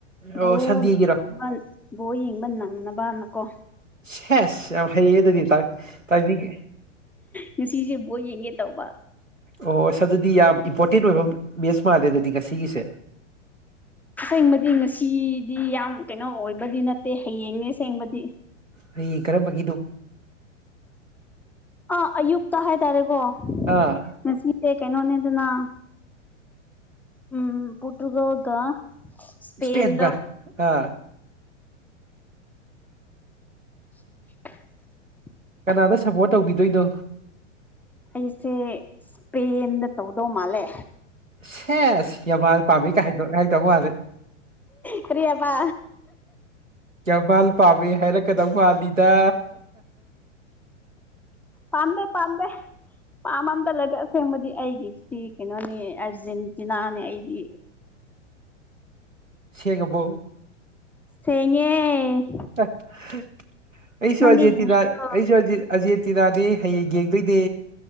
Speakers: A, in the centre; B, on the right.
A: <unintelligible>
B: ꯑꯣ ꯁꯟꯗꯦꯒꯤꯔꯣ
A: ꯕꯣꯜ ꯌꯦꯡꯕ ꯅꯪꯅꯕꯅꯀꯣ
B: ꯁꯦꯁ ꯌꯥꯝ ꯍꯩꯌꯦ ꯑꯗꯨꯒꯤ ꯇꯥꯏ ꯇꯥꯏꯃꯤꯡ
A: ꯉꯁꯤꯁꯦ ꯕꯣꯜ ꯌꯦꯡꯒꯦ ꯇꯧꯕ
B: ꯑꯣ ꯏꯁ ꯑꯗꯨꯗꯤ ꯌꯥꯝ ꯏꯝꯄꯣꯔꯇꯦꯟ ꯑꯣꯏꯕ ꯃꯦꯁ ꯃꯥꯜꯂꯦ ꯑꯗꯨꯗꯤ ꯉꯁꯤꯒꯤꯁꯦ
A: ꯑꯁꯦꯡꯕꯗꯤ ꯉꯁꯤꯗꯤ ꯌꯥꯝ ꯀꯩꯅꯣ ꯑꯣꯏꯕꯗꯤ ꯅꯠꯇꯦ ꯍꯌꯦꯡꯅꯦ ꯑꯁꯦꯡꯕꯗꯤ
B: ꯍꯌꯦꯡ ꯀꯔꯝꯕꯒꯤꯅꯣ
A: ꯑꯥ ꯑꯌꯨꯛꯇ ꯍꯥꯏꯇꯥꯔꯦꯀꯣ
B: ꯑꯥ
A: ꯉꯁꯤꯁꯦ ꯀꯩꯅꯣꯅꯦꯗꯅ ꯎꯝ ꯄꯣꯔꯇꯨꯒꯜꯒ ꯏꯁꯄꯦꯟꯗꯣ
B: ꯏꯁꯄꯦꯟ ꯒ ꯍꯥ
A: <inaudible>
B: ꯀꯅꯥꯗ ꯁꯞꯕꯣꯔꯠ ꯇꯧꯕꯤꯗꯣꯏꯅꯣ
A: ꯑꯩꯁꯦ ꯏꯁꯄꯦꯟꯗ ꯇꯧꯗꯧ ꯃꯥꯜꯂꯦ
B: ꯁꯦꯁ ꯌꯥꯝꯃꯥꯜ ꯄꯥꯝꯃꯤ ꯀ ꯍꯥꯏꯗꯧ ꯍꯥꯏꯔꯛꯇꯧ ꯃꯥꯂꯤ
A: ꯀꯔꯤ ꯑꯥꯕ
B: ꯌꯥꯃꯥꯜ ꯄꯥꯃꯦ ꯍꯥꯏꯔꯛꯀꯗꯧ ꯃꯥꯥꯜꯂꯤꯗ
A: ꯄꯥꯝꯃꯦ ꯄꯥꯝꯃꯦ ꯄꯥꯝꯕ ꯑꯝꯇ ꯂꯩꯇꯦ ꯑꯁꯦꯡꯕꯗꯤ ꯑꯩꯒꯤꯁꯤ ꯀꯩꯅꯣꯅꯦ ꯑꯔꯖꯦꯟꯇꯤꯅꯥꯅꯦ ꯑꯩꯗꯤ
B: ꯁꯦꯡꯉꯕꯣ
A: ꯁꯦꯡꯉꯦ
B: ꯑꯩꯁꯨ
A: ꯅꯪꯗꯤ
B: ꯑꯔꯖꯦꯜꯇꯤꯅ
A: ꯌꯦꯡꯁꯤꯔꯣ
B: ꯑꯩꯖꯨ ꯑꯔꯖꯦꯜ ꯑꯖꯦꯠꯇꯤꯅꯥꯗꯤ ꯍꯌꯦꯡ ꯌꯦꯡꯗꯣꯏꯅꯦ